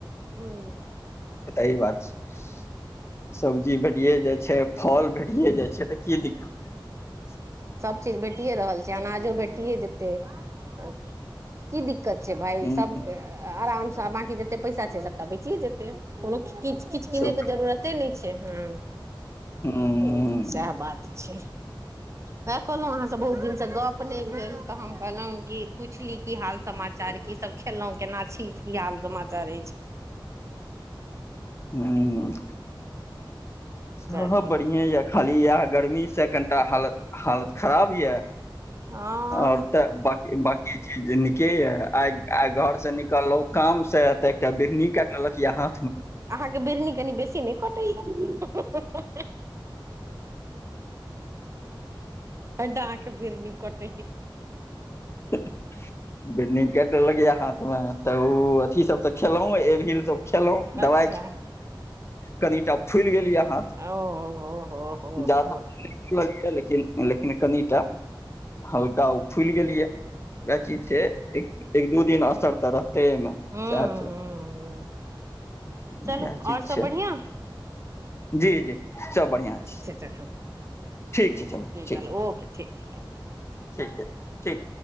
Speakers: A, on the right; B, on the left.
A: ह
B: त ई बात छै सब्जी भेटए जाइ छै फल भेटे जाइ छै तऽ की दिक्कत
A: सब चीज भेटिए रहल छै अनाजो भेटियए जेतै की दिककत दिक्कत छै भााय
B: दिक्कत
A: सब आरामसँ बकी जते पैसा छै सबटा बेचियए जेतै कोनो कि किछु किनै
B: सब
A: के जरूरते नहि छै ह
B: हूँ
A: ह सएह बात छै जी वएह कहलहु अहाँसँ बहुत दिनसँ गप नहि भेल तऽ हम कहलहुँ कि पुछली की हाल समाज समाचार की सब खेललहुं केना छी क हाल समाचार अछि
B: ह स
A: चलू
B: बढ़िआ य खाली इएह गर्मी से कनिटा हालत हालत खराब यऽ
A: हँ
B: आओर तऽ बी बकी चीज न के ये आइ आ घर से निकललो काम से ते एकटा बिहनी काट लेलक यहां
A: अहाँके बिरनी कनि बेसी नहि कटैया डाँके बिरनी कट
B: ह बि कट लगैया हाथ में तऽ ओ अथी सब तऽ खेलहु एिल सब खेलहुं दबा
A: अच्छा
B: कनिटा फुलि गेल य हाथ
A: ओ हो हो हो
B: जिन
A: हो हूँ
B: लेकिन कनिटा हल्का ओ फूलि गेलियै उएह चीज छै एक दू दिन असर तऽ रहतेमे
A: हूँ
B: सएह छै
A: हूँ चलू
B: इएह चीज
A: आओर सब
B: छै
A: बढ़ििया
B: जी जी सब बढ़िआँ छै
A: तखन
B: ठीक छै चलू
A: जी
B: ठीक छै
A: ओके ठीक छै ठीक
B: ठीक ठीक